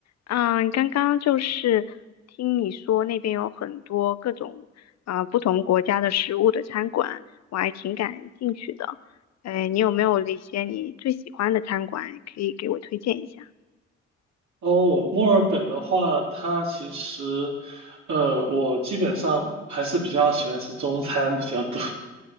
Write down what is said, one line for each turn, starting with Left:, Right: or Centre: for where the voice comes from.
Left: 嗯，刚刚就是听你说那边有很多各种呃不同国家的食物的餐馆，我还挺感兴趣的。哎，你有没有一些你最喜欢的餐馆可以给我推荐一下？
Right: 哦，墨尔本的话，它其实，呃，我基本上还是比较喜欢吃中餐比较多。